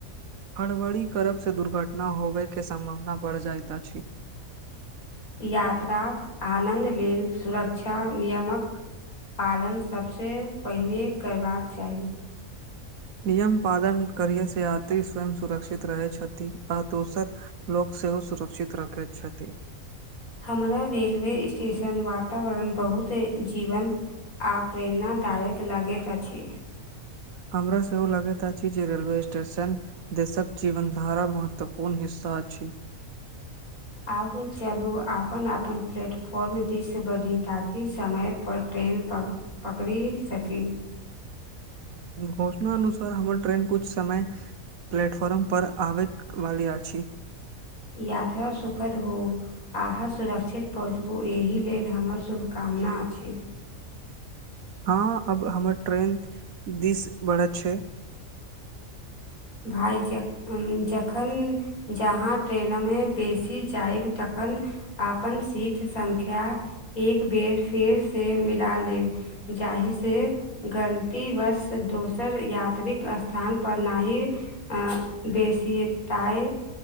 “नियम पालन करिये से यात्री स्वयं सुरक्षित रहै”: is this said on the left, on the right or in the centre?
Right